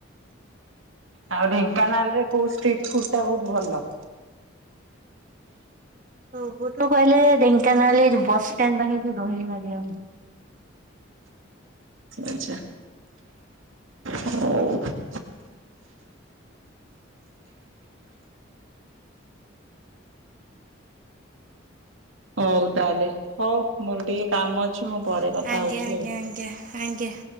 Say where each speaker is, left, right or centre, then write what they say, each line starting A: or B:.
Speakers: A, on the right (about 80°); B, on the right (about 40°).
A: ଆଉ ଢେଙ୍କାନାଳ ରେ କୋଉ ଷ୍ଟ୍ରିଟ୍ ଫୁଡ ଟା ବହୁତ ଭଲ।
B: ଟୁ ଗୋଠୁ କହିଲେ ଢେଙ୍କାନାଲେ ଯୋଉ ବସଷ୍ଟାଣ୍ଡ ପାଖରେ ଯୋଉ ଦହି ବରା ଦିଆହଉଛି।
A: ଆଚ୍ଛା ହଉ ହଉ ତାହେଲେ ହଉ ମୋର ଟିକେ କାମ ଅଛି ମୁଁ ପରେ କଥା
B: ଆଜ୍ଞା
A: ହଉଛି
B: ଆଜ୍ଞା
A: ଆଉ।
B: ଆଜ୍ଞା ଆଜ୍ଞା